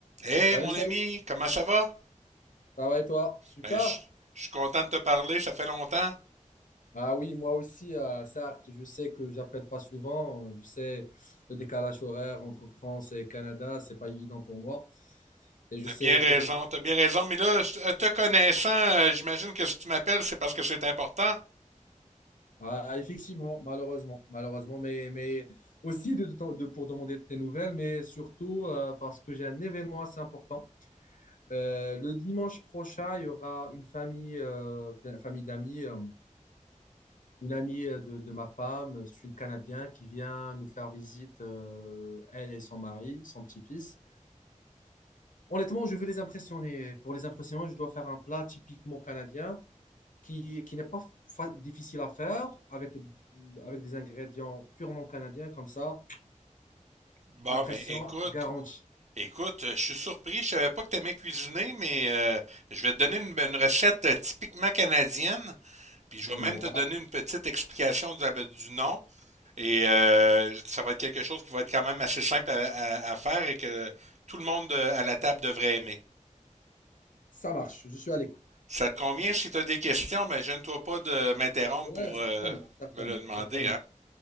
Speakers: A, on the right (about 60°); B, on the left (about 80°).
A: Hé,
B: Salut,
A: mon
B: salut.
A: ami, comment ça va?
B: Ça va et toi? Super.
A: Ben, je je suis content de te parler, ça fait longtemps.
B: Ah oui, moi aussi, euh, certes, je sais que j'appelle pas souvent. Je sais le décalage horaire entre France et Canada, c'est pas évident pour moi. Et je
A: T'as
B: sais
A: bien raison,
B: quelquefois.
A: t'as bien raison, mais là, je- euh, te connaissant, euh, j'imagine que si tu m'appelles, c'est parce que c'est important.
B: Ah, effectivement, malheureusement, malheureusement, mais, mais aussi de, de- de- pour demander tes nouvelles, mais surtout euh, parce que j'ai un événement assez important. Euh, le dimanche prochain, il y aura une famille, euh, fa- famille d'amis. euh, une amie euh, de, de ma femme, c'est une Canadienne qui vient nous faire visite, euh, elle et son mari, son petit-fils. Honnêtement, je veux les impressionner. Pour les impressionner, je dois faire un plat typiquement canadien qui, qui n'est pas fa- difficile à faire avec, avec des ingrédients purement canadiens comme ça.
A: Bon,
B: Impression
A: ben écoute,
B: garantie.
A: écoute, euh, je suis surpris, je savais pas que t'aimais cuisiner, mais euh, je vais te donner une, une recette euh, typiquement canadienne, puis
B: Dis-moi,
A: je vais même te donner une petite explication du, euh, du nom, et euh, ça va être quelque chose qui va être quand même assez simple à, à- à faire et que tout le monde euh, à la table devrait aimer.
B: ça marche, je suis à l'écoute.
A: Ça te convient si tu as des questions, mais gêne-toi pas de m'interrompre
B: Ouais,
A: pour euh,
B: certainement, certainement,
A: me le demander.
B: certainement,
A: Hein?